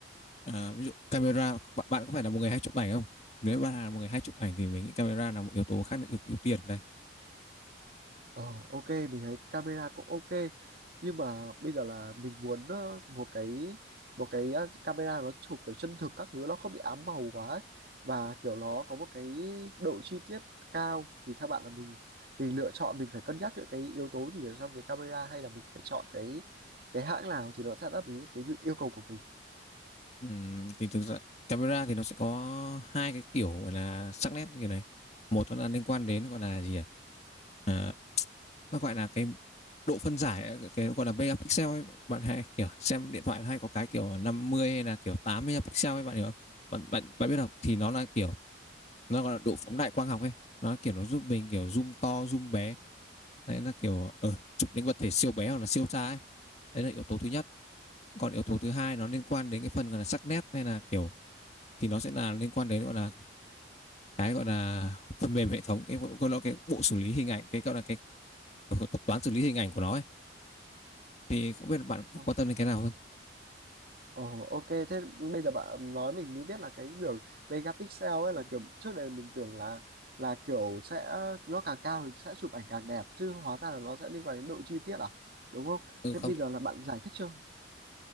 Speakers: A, on the left; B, on the right.
A: à, ví dụ camera bạn, bạn có phải là một người hay chụp ảnh không nếu bạn là một người hay chụp ảnh thì mình nghĩ camera là một yếu tố khá là ưu, ưu tiên ở đây
B: Ờ ok mình thấy camera cũng ok nhưng mà bây giờ là mình muốn ờ, một cái một cái ờ, camera nó chụp kiểu chân thực các thứ nó không bị ám màu quá ấy. và kiểu nó có một cái độ chi tiết cao thì theo bạn là mình mình lựa chọn mình phải cân nhắc những cái yếu tố gì ở trong cái camera hay là mình phải chọn cái cái hãng nào thì nó sẽ đáp ứng cái nhu- yêu cầu của mình
A: Ừm, thì thực ra camera thì nó sẽ có hai cái kiểu gọi là sắc nét như này một nó là liên quan đến gọi là gì à, à nó gọi là cái độ phân giải cái, cái gọi là megapixel ấy bạn hay kiểu xem điện thoại hay có cái kiểu 50 hay là kiểu 80 pixel ấy bạn hiểu không bạn bạn bạn biết không thì nó là kiểu nó gọi là độ phóng đại quang học ấy nó kiểu nó giúp mình kiểu zoom to zoom bé đấy nó kiểu ờ chụp những vật thể siêu bé hoặc là siêu xa ấy đấy là yếu tố thứ nhất còn yếu tố thứ hai nó liên quan đến cái phần gọi là sắc nét hay là kiểu thì nó sẽ là liên quan đến gọi là cái gọi là phần mềm hệ thống cái gọi là cái bộ xử lý hình ảnh cái gọi là cái ờ, thuật toán xử lý hình ảnh của nó ấy thì không biết bạn
B: Ờ.
A: quan tâm đến cái nào hơn
B: Ồ, ok, thế bây giờ bạn nói mình mới biết là cái đường megapixel ấy là kiểu trước đây mình tưởng là là kiểu sẽ nó càng cao thì sẽ chụp ảnh càng đẹp chứ hóa ra là nó sẽ liên quan đến độ chi tiết à đúng không?
A: ừ
B: Thế
A: không
B: bây giờ là bạn giải thích chưa?